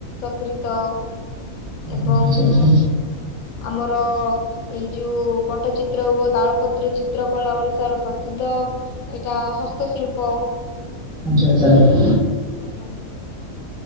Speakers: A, on the left; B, in the centre.
A: ସକ୍ରିତ ଏବଂ-ଅ-ଅ
B: ଆଚ୍ଛା ଆଚ୍ଛା ଆଚ୍ଛା
A: ଆମର-ଅ-ଅ ଏଇ ଯୋଉ ପଟ୍ଟଚିତ୍ର ଓ ତାଳପତ୍ର ଚିତ୍ର କଳା ଓଡିଶାର ପ୍ରସିଦ୍ଧ। ଏଇଟା ହସ୍ତଶିଳ୍ପ।
B: ଆଛା ଆଛା।
A: ଆଜ୍ଞା।